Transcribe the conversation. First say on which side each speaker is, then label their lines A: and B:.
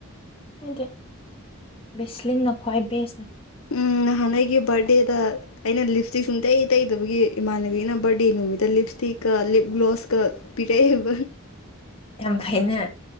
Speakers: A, on the left (about 25°); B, on the left (about 70°).
A: ꯍꯥꯏꯗꯤ ꯕꯦꯁꯂꯤꯟꯅ ꯈ꯭ꯋꯥꯏ ꯕꯦꯁꯅꯤ
B: ꯎꯝ ꯍꯥꯟꯒꯤ ꯕꯥꯔꯗꯦꯗ ꯑꯩꯅ ꯂꯤꯞꯁꯇꯤꯛ ꯁꯨꯡ ꯇꯩ ꯇꯩꯗꯕꯒꯤ ꯏꯃꯥꯟꯅꯕꯤꯅ ꯕꯥꯔꯗꯦ ꯅꯨꯃꯤꯠꯇ ꯂꯤꯞꯁꯇꯤꯛꯀ ꯂꯤꯞ ꯒ꯭ꯂꯣꯞꯁꯀ ꯄꯤꯔꯛꯏ
A: ꯌꯥꯝ ꯐꯥꯏꯅ